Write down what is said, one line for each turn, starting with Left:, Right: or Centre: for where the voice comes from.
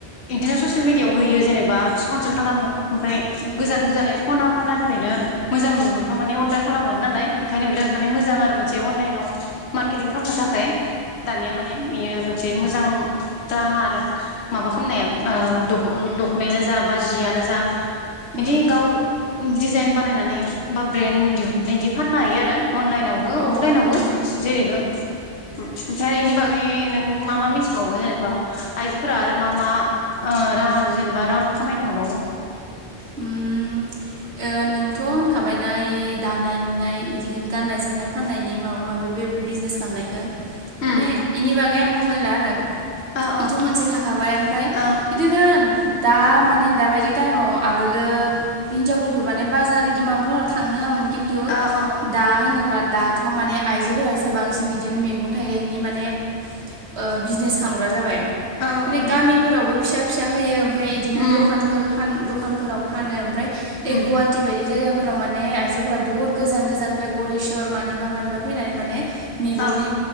Left: बिदिनो ससियेल मिडियाआव होयो जेनेबा स्पनसार खालामो। ओमफ्राय
Right: मिडियानि
Left: गोजान गोजाननि खना खनलानि। खायनो मोजां नुहुरबा माने अरदार। खालाम हरो नालाय। ओंखायनो बिराद माने मोजां आरो मोनसे अनलाइनाव मार्केटिं खालामनो थाखाय। ओमफ्राय दानिया माने बेयो एसे मोजां राहा आरो। माबा खालामनाया ओ दख दख नायानो जा बा जियानो जा।
Right: उम
Left: बिदि गाव डिजाइन बानायनानै बा ब्रेन्ड नैदि फाननो हायो आरो। अनलाइनावबो
Right: अ उम अ
Left: अफलाइनावबो
Right: उम
Left: जेरैबो। ओमफ्राय इनि बागै नों मा मा मिथिबावो जेनेबा आइजोफोरा आरो मा मा ओ राहा जेनेबा रां खामायनो हाबावो?
Right: उम ओ नोंथ होनखाबायना इ दानाय लुनाय बिदिनो गाननाय जोमनाय फाननायनि माबा माबि बे बिजनेस खालामनायखौ
Left: उम
Right: माने इनि बागै आं बुंलायला आरो।
Left: ओ ओ
Right: एथ मोनसे थाखाबाय ओमफ्राय
Left: ओ
Right: बिदिनो दा माने दाबायदि टाइमाव आगोलो हिनजावफोरफोरखौ माने बाजार इदि माबाफोराव थांनो होआमोन। खिन्थु
Left: ओ औ
Right: दा होनोबा दा। थ माने आइजोफोरासो बांसिन इदिनो मैगं थाइगंनि माने ओ बिजनेस खालामग्रा जाबाय माने
Left: औ उम
Right: गामिफोरावबो फिसा फिसा होयो ओमफाय बिदिनो
Left: उम
Right: दखानफोर फान दखानफोराव फानो ओमफ्राय
Left: उम
Right: गुवाहाटि बायदि जायगा फोराव माने आइजोफोरा बुहुद गोजान गोजान ओमफ्राय गरेस्वर मानिबा मानिबा फैनानै माने मैगंनि
Left: ओ